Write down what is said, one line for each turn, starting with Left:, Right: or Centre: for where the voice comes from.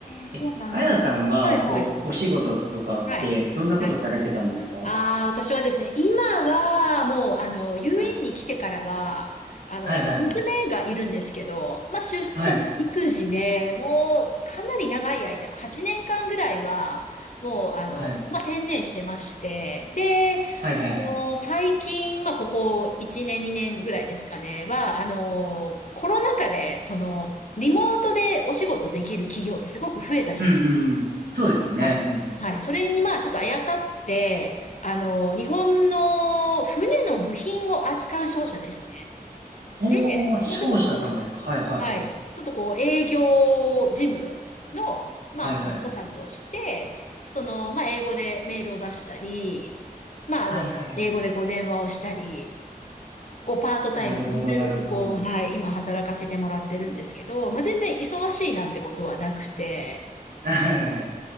Left: え、そうなんです。
Right: え、あやさんは、
Left: はいはい。
Right: こう、お仕事とかって、
Left: はい。
Right: どんなことされてたんですかは
Left: はい。ああ、私はですね、今はもう、あの、UAE
Right: い。
Left: に来てからは、あの、
Right: はいはいはい。
Left: 娘がいるんですけど、まあ、出産育児でもう、
Right: はい。
Left: かなり長い間、8年間ぐらいは、もう、あの、
Right: はい。
Left: まあ、専念してまして、で、
Right: はいはいはい。
Left: もう、最近、まあ、ここ1年、2年ぐらいですかね、は、あの、コロナ禍で、その、リモートでお仕事できる企業ってすごく増えたじゃない
Right: うんうんうん。そうですよね。
Left: はい。
Right: うんうん
Left: はい。それにまあちょっとあやかって、あの、日本の船の部品を扱う商社ですね。
Right: うん。
Left: で、
Right: ほー、商社さんですか。
Left: まあちょっとこう、
Right: はいはいはい。
Left: はい。ちょっとこう営業事務の、まあ、
Right: はいはいはい。
Left: あの、補佐として、その、まあ英語でメールを出したり、まああの、
Right: はいはいはいはいはいはいはいはいうんうんうんそうですよねうんうんうほー商
Left: 英語でこう電話をしたり、こうパートタイムでゆるくこう、
Right: 社さんですかはいはいはいはいはいはいはいはいはいはいなるほどなるほど。
Left: はい、今働かせてもらってるんですけど、まあ全然忙しいなんてことはなくて、
Right: はいはいはい。